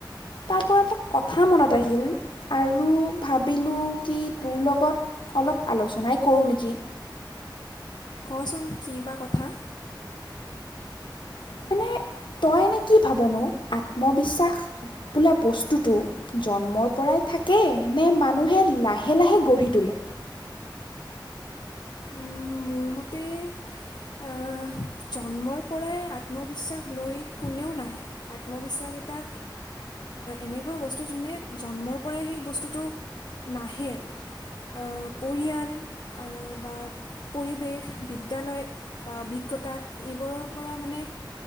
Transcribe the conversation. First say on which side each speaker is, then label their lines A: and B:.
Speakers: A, on the left (about 80°); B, on the left (about 65°).
A: তাৰ পৰা এটা কথা মনত আহিল আৰু ভাবিলো কি তোৰ লগত অলপ আলোচনাই কৰো নেকি?
B: কচোন কি বা কথা?
A: মানে? তই এনে কি ভাবনো আত্মবিশ্বাস বোলা বস্তুটো জন্মৰ পৰাই থাকে নে মানুহে লাহে- লাহে গঢ়ি তোলে।
B: উম, মোৰ মতে আহ, জন্মৰ পৰাই আত্মবিশ্বাস লৈ কোনেও নাহে আত্মবিশ্বাস এটা এনেকুৱা বস্তু যোনে জন্মৰ পৰাই সেই বস্তুটো নাহে আৰু। আ, পৰিয়াল আ, বা পৰিৱেশ বিদ্যালয় বা অভিজ্ঞতা এইবোৰৰ পৰা মানে